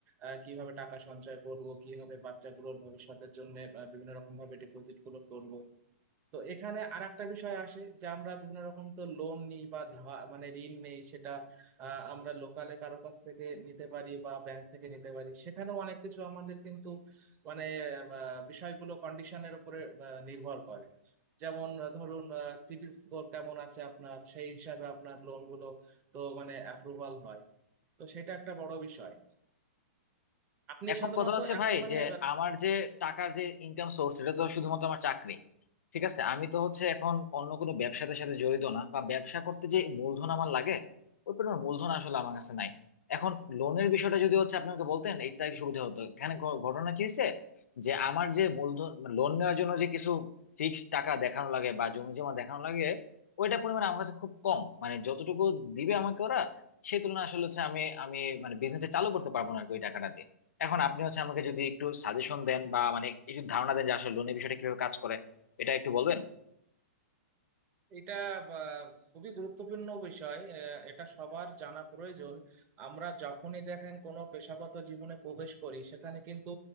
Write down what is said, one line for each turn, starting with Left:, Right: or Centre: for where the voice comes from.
Right: আহ, কিভাবে টাকা সঞ্চয় করব কিভাবে বাচ্চাগুলোর ভবিষ্যতের জন্য আহ, বিভিন্ন রকম ভাবে ডিপোজিট গুলো করব তো এখানে আর একটা বিষয় আসে যে আমরা বিভিন্ন রকম তো লোন নিই বা ধার মানে ঋণ নেই সেটা আহ, আমরা লোকালে কারো কাছ থেকে নিতে পারি বা ব্যাংক থেকে নিতে পারি সেখানেও অনেক কিছু আমাদের কিন্তু মানে আহ, বিষয়গুলো কন্ডিশনের উপরে আহ, নির্ভর করে যেমন আহ, ধরুন সিভিল স্কোর কেমন আছে আপনার সেই হিসাবে আপনার লোনগুলো তো মানে অ্যাপ্রুভাল হয় তো সেটা একটা বড় বিষয় আপনি
Left: এখন
Right: সাধারণত
Left: কথা হচ্ছে
Right: এখন
Left: ভাই
Right: মানে
Left: যে আমার যে টাকার যে ইনকাম সোর্স এটা তো শুধুমাত্র আমার চাকরি ঠিক আছে আমি তো হচ্ছে এখন অন্য কোনো ব্যবসাতে সাথে জড়িত না বা ব্যবসা করতে যে মূলধন আমার লাগে ওই পরিমাণ মূলধন আসলে আমার কাছে নাই এখন লোনের বিষয়টা যদি হচ্ছে আপনাকে বলতেন এটা সুবিধা হতো এখানে ঘ- ঘটনা কি হয়েছে যে আমার যে মূলধন লোন নেওয়ার জন্য যে কিছু ফিক্সড টাকা দেখানো লাগে বা জমি জমা দেখানো লাগে ওইটা পরিমাণ আমার কাছে খুব কম মানে যতটুকু দিবে আমাকে ওরা সেই তুলনায় আসলে হচ্ছে আমি আমি মানে বিজনেসটা চালু করতে পারবো না আর কি ওই টাকাটা দিয়ে। এখন আপনি হচ্ছে আমাকে যদি একটু সাজেশন দেন বা মানে একটু ধারণা দেন যে আসলে লোনের বিষয়টা কিভাবে কাজ করে এটা একটু বলবেন
Right: এটা আহ, খুবই গুরুত্বপূর্ণ বিষয় আহ, এটা সবার জানা প্রয়োজন আমরা যখনই দেখেন কোনো পেশাগত জীবনে প্রবেশ করি সেখানে কিন্তু